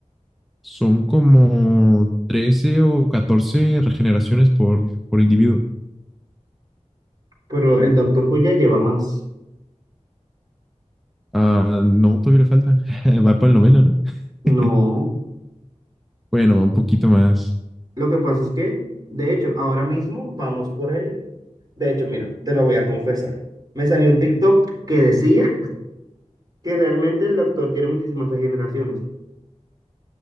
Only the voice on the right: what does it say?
Pero el Doctor Who ya lleva más.
No,
Lo que pasa es que, de hecho, ahora mismo vamos por el... De hecho, mira, te lo voy a confesar. Me salió un TikTok que decía <laughs> que realmente el doctor tiene muchísimas regeneraciones.